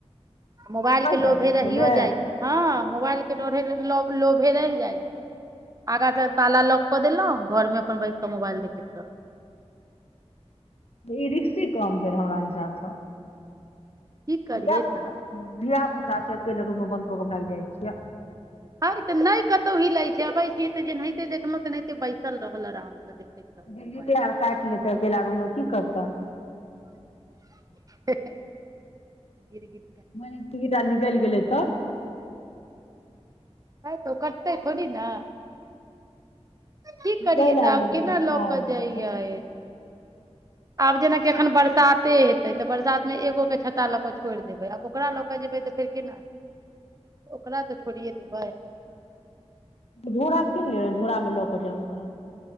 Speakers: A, on the right; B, on the left.
A: मोबाइल
B: बहि
A: केँ लोभे
B: जाइए अकेले
A: रहिये जाय छै हँ मोबाइल केँ रहिये जाय छै लोेभे रहि जाय छै आगां सँ ताला लौक कऽ देलहु घरमे अपन बैस कऽ मोबाइल देखैत रहल
B: ई रिक्शि काम भेल हमरा हिसाबसँ
A: की करियै
B: धिया पुता
A: तऽ
B: धिया पुता छै तैले रूममे बंद कऽ केँ भागि जाइ छियै
A: हँ तऽ नहि कतहु हीलैत छै अबैय छिये तऽ जेनाहिते देखलहुँ तेनाहिते बैसल रहल आरामसँ देखैत रहल
B: गिरगिटिया
A: मोबाइल
B: आर काटि लेतै अकेला रूममे की करतै
A: हे हे <inaudible> गिरगिट
B: माने गिरगिट आर निकलि गेलै तब
A: ह त ओ कटतै थोड़ी न की करियै
B: गलि
A: तऽ
B: आर
A: आब
B: गेलै
A: केना
B: खा
A: लऽ
B: आर
A: कऽ जइयै
B: गेलै तऽ
A: आब जेनाकि अखन बरसाते हेते तऽ बरसात मे एगोकेँ छत्ता लऽ के छोड़ि देबै आब ओकरा लऽ केँ जेबै तऽ फेर केना हेतै ओकरा तऽ छोड़ि छोड़िये देबाय
B: झोरा कीन लेब झोरामे लऽ कऽ जायब ओकरा